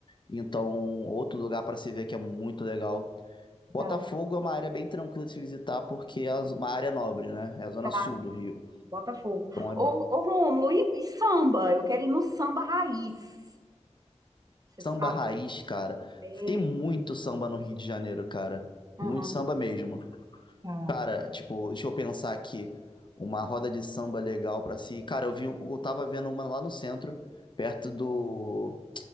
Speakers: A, on the left; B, on the right.
A: então, outro lugar pra se ver que é muito legal. Botafogo
B: Tá.
A: é uma área bem tranquila de se visitar, porque é uma área nobre, né, é a zona
B: Tá,
A: sul do Rio,
B: Botafogo.
A: então é
B: Ô, ô Rômulo, e, e samba? Eu quero ir no samba raiz. Você sabe?
A: samba raiz, cara,
B: É.
A: tem muito samba no Rio de Janeiro, cara,
B: Uhum.
A: muito samba mesmo.
B: Tá.
A: Cara, tipo, deixa eu pensar aqui. Uma roda de samba legal pra si. Cara, eu vi, um, eu tava vendo uma lá no centro, perto do.